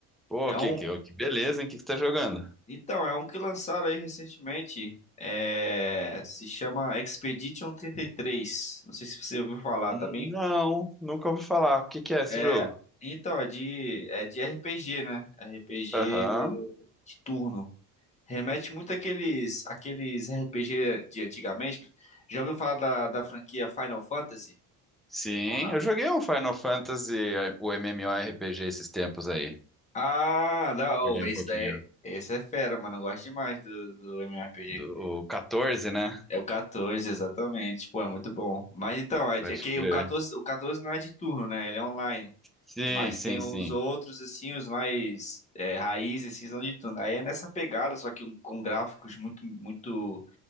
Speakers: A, in the centre; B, on the left.
A: Pô,
B: É
A: que,
B: um,
A: que, que beleza, hein? O que, que você tá jogando?
B: Então, é um que lançaram aí recentemente. é, se chama Expedition 33. Não sei se você ouviu falar,
A: Não,
B: tá bem?
A: nunca ouvi falar. O que, que é esse
B: É,
A: jogo?
B: então, é de, é de RPG, né? RPG
A: Aham.
B: de turno. Remete muito àqueles, àqueles RPG de antigamente. Já ouviu falar da, da franquia Final Fantasy?
A: Sim,
B: Ou não?
A: eu joguei um Final Fantasy, eh, o MMORPG esses tempos aí.
B: Ah, não,
A: Joguei
B: esse
A: um pouquinho.
B: daí, esse é fera, mano. Eu gosto demais do, do MMORPG.
A: Do, o 14, né?
B: É o 14, exatamente. Pô, é muito bom. Mas então, é é
A: Pode
B: que
A: crer.
B: o 14, o 14 não é de turno, né? Ele é online.
A: Sim,
B: Mas
A: sim,
B: tem os
A: sim.
B: outros, assim, os mais é, raízes, assim, são de turno. Aí é nessa pegada, só que um- com gráficos muito, muito,